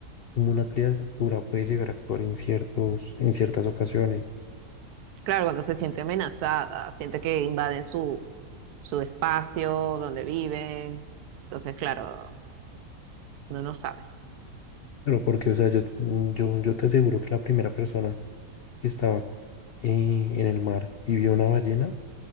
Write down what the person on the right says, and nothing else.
claro, cuando se siente amenazada, siente que invaden su, su espacio donde viven, entonces claro, uno no sabe.